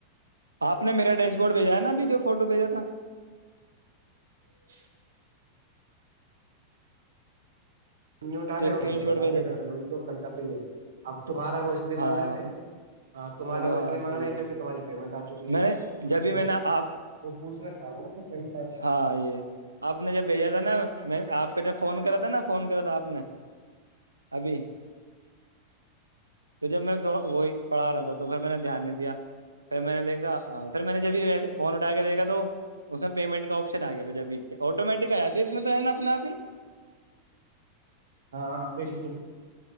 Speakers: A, on the right; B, on the right.
A: آپ میراش بورڈ بھیجایاا اب جو فوٹو بھیجا تھا <unintelligible>
B: <inaudible> ت نے اٹایا
A: جو اسکرین
B: اور
A: شاٹ
B: بتا
A: بھیجا
B: دیا
A: تھا
B: یہ لو کل کا تو ہی ہے اب تمہارا وہ لیے
A: ہاں
B: مانگ رہے تھے ہاں تمہارا
A: چلو
B: وہ
A: ہاں
B: اس لیے
A: صحیح
B: مانگ رہے ہیں کیونکہ
A: ہے
B: تمہاری پیمنٹ آ چکی ہے
A: میں نے جبھی
B: وہ
A: میں نےا آپ
B: وہ پوچھنا چاہ رہا نا کہ پیمنٹ آ
A: ہاں یہ آپ نے جب بھیجا تھا نا میں آپ کا جب فون کرا تھا نا فون کرا تھا آپ نے ابھی تو جب میں تھوڑا وہی پڑھا رہا تھا تو پھر میں نے دھیان نہیں دیا پھر میں نے دیکھا پھر میں نے جبھی ویسے فون اٹا کے دیکھا تو اس میں پیمنٹ کا آپشن آ گیا تھا جبھی آٹومیٹک آ اس میں تو ہے نا اپنے آپ ہی
B: ہاں بالکل